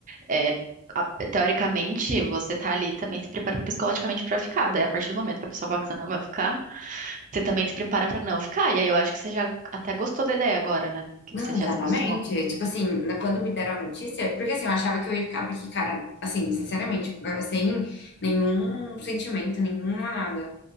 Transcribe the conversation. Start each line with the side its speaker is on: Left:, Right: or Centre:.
Right: É, a- teoricamente, você tá ali também se preparando psicologicamente pra ficar. Daí, a partir do momento que a pessoa fala que você não vai ficar, você também se prepara pra não ficar. E aí eu acho que você já até gostou da ideia agora, né? Que
Left: Não,
Right: você já
Left: exatamente.
Right: se acostumou.
Left: Tipo assim, na- quando me deram a notícia, porque assim, eu achava que eu ia ficar, porque, cara, assim, sinceramente, agora sem nenhum sentimento, nenhuma nada.